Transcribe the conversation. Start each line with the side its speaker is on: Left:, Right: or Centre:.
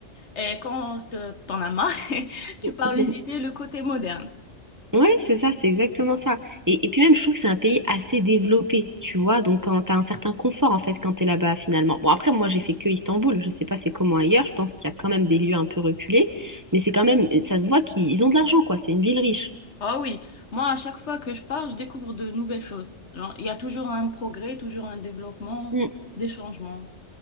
Left: Et quand te- t'en as marre, <laughs> tu
Right: <laughs>
Left: pars visiter le côté moderne.
Right: Ouais, c'est ça, c'est exactement ça. Et, et puis même, je trouve que c'est un pays assez développé, tu vois, donc quand t'as un certain confort, en fait, quand t'es là-bas, finalement. Bon, après, moi, j'ai fait que Istanbul, je sais pas c'est comment ailleurs, je pense qu'il y a quand même des lieux un peu reculés, mais c'est quand même, ça se voit qu'ils ils ont de l'argent, quoi, c'est une ville riche.
Left: Ah oui, moi à chaque fois que je pars, je découvre de nouvelles choses. Genre, il y a toujours un progrès, toujours un développement,
Right: Mm.
Left: des changements.